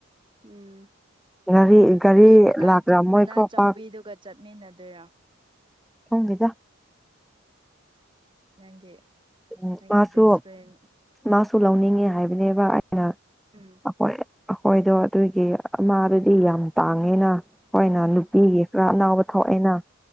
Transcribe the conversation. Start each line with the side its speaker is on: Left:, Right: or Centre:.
Right: ꯎꯝ
Centre: ꯒꯥꯔꯤ ꯒꯥꯔꯤ
Right: ꯑꯗꯨ ꯃꯅꯥ
Centre: ꯂꯥꯛꯔꯝꯃꯣꯏꯀꯣ
Right: ꯃꯅꯥ ꯆꯥꯎꯕꯤꯗꯨꯒ
Centre: ꯄꯥꯛ
Right: ꯆꯠꯃꯤꯟꯅꯗꯣꯏꯔꯣ
Centre: ꯈꯪꯗꯦꯗ
Right: ꯅꯪꯒꯤ
Centre: ꯎꯝ
Right: ꯅꯪꯒꯤ
Centre: ꯃꯥꯁꯨ
Right: ꯕꯦꯁ ꯐ꯭ꯔꯦꯟ
Centre: ꯃꯥꯁꯨ ꯂꯧꯅꯤꯡꯉꯦ ꯍꯥꯏꯕꯅꯦꯕ ꯑꯩꯅ
Right: ꯎꯝ
Centre: ꯑꯩꯈꯣꯏ ꯑꯩꯈꯣꯏꯗꯣ ꯑꯗꯨꯒꯤ ꯃꯥꯗꯨꯗꯤ ꯌꯥꯝ ꯇꯥꯡꯉꯦꯅ ꯑꯩꯈꯣꯏꯅ ꯅꯨꯄꯤꯒꯤ <unintelligible> ꯊꯣꯛꯏꯅ